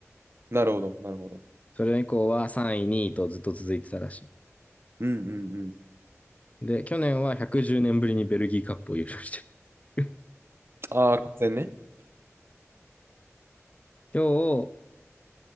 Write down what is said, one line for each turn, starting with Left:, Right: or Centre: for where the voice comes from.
Right: なるほど、なるほど。
Left: それ以降は3位、2位とずっと続いてたらし
Right: うんうんうん。
Left: い。で、去年は110年ぶりにベルギーカップを優勝してる。
Right: ああ、完全ね。
Left: <laughs> 今日、